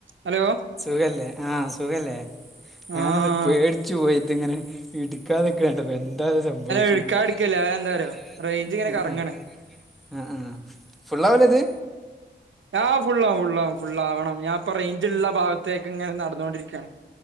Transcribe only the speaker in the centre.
സുഖല്ലേ ആഹ് സുഖല്ലേ ഞാനൊന്ന്
പേടിച്ചു പോയിത് ഇങ്ങനെ ഇട് <unintelligible> ഇട്കാത്തരിക്കണ്ടപ്പോ എന്താ ഇദ് സംഭവിച്ച്
അല്ല ഇട്ക്കാതിരിക്കല്ല
റെയ്ച് ഇങ്ങനെ കറങ്ങാൻ ആഹ് ആഹ് ഫുള്ള് ആവുലെ ഇത്